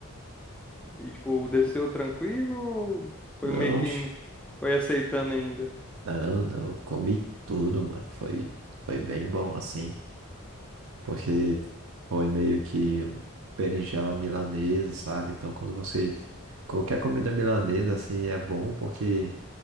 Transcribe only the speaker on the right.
Não,
oxe.
não, não, comi tudo, mano. Foi, foi bem bom, assim. porque foi meio que berinjela milanesa, sabe? Então, quando você. Qualquer comida milanesa, assim, é bom, porque